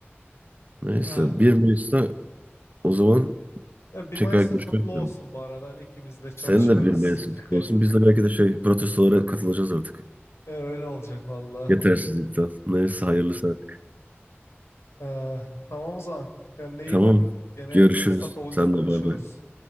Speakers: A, on the right; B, on the left.
A: Neyse
B: <sighs>
A: bir Mayıs'ta o zaman
B: Ya, Bir
A: tekrar
B: Mayıs'ın
A: görüşmek
B: kutlu
A: üzere.
B: olsun bu arada. Hani ikimiz de çalışıyoruz.
A: Senin de bir Mayıs'ın kutlu
B: <laughs>
A: olsun. Biz de belki de şey protestolara katılacağız artık.
B: E, Öyle olacak valla.
A: Yetersizlikten. Neyse hayırlısı artık.
B: Ee, tamam o zaman. Kendine iyi
A: Tamam.
B: bak. Gene
A: Görüşürüz.
B: fırsat olunca
A: Sen
B: konuşuruz.
A: de bay bay.